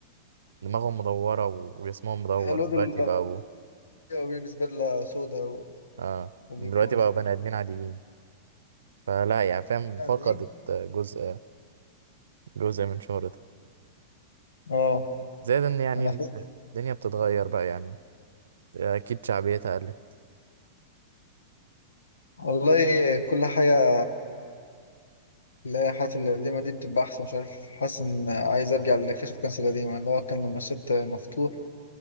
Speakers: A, on the right; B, on the left.
A: دماغهم مدورة و- وجسمهم مدور
B: الواد
A: دلوقتي
B: اللي
A: بقوا
B: هو بيلبس بدلة سودا و...
A: اه
B: وبيبيونه
A: دلوقتي بقوا بني آدمين عاديين فلا يعني فاهم
B: يعني
A: فقدت
B: ايه
A: جزء جزء من شهرتها
B: اه
A: زائد ان يعني
B: انا فاكر
A: الدنيا بتتغير بقى يعني اكيد شعبيتها قلت
B: والله كل حاجة لا حياتي القديمة دي بتبقى أحسن مش عارف حاسس إن عايز أرجع لكشف كنز القديمة اللي هو كان لما الشط مفتوح